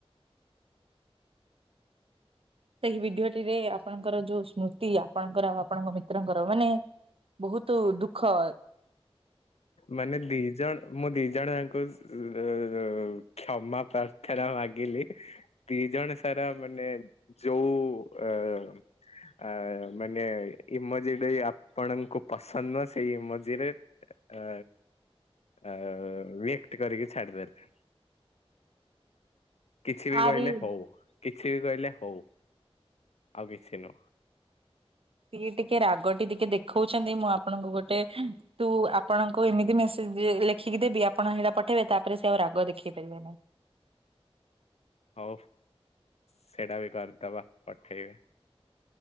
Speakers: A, on the right; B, on the left.
A: ସେଇ ଭିଡିଓଟିରେ ଆପଣଙ୍କର ଯୋଉ ସ୍ମୃତି ଆପଣଙ୍କର ଆଉ ଆପଣଙ୍କ ମିତ୍ରଙ୍କର ମାନେ ବହୁତ ଦୁଃଖ
B: ମାନେ ଦି ଜଣ ମୁଁ ଦି ଜଣଙ୍କୁ ଓ କ୍ଷମା ପ୍ରାର୍ଥନା ମାଗିଲି ଦି ଜଣ ସାରା ମାନେ ଯୋଉ ଉ ଆ ଆ ମାନେ ଇମଜି ଯଦି ଆପଣଙ୍କୁ ପସନ୍ଦ ସେଇ ଇମଜିରେ ଆ ଆ ୱେକ୍ଟ କରିକି ଛାଡିଦେଲେ। କିଛି ବି
A: ଆରି
B: କହିଲେ ହଉ। କିଛି ବି କହିଲେ ହଉ ଆଉ କିଛି ନୁହଁ।
A: ସିଏ ଟିକେ ରାଗଟି ଟିକେ ଦେଖଉଛନ୍ତି ମୁଁ ଆପଣଙ୍କୁ ଗୋଟେ ତୁ ଆପଣଙ୍କୁ ଏମିତି ମେସେଜ ଲେଖିକି ଦେବି ଆପଣ ହେଇଟା ପଠେଇବେ ତାପରେ ସେ ଆଉ ରାଗ ଦେଖେଇ ପାରିବେ ନାହିଁ।
B: ହଉ ସେଇଟା ବି କରିଦବା ପଠେଇ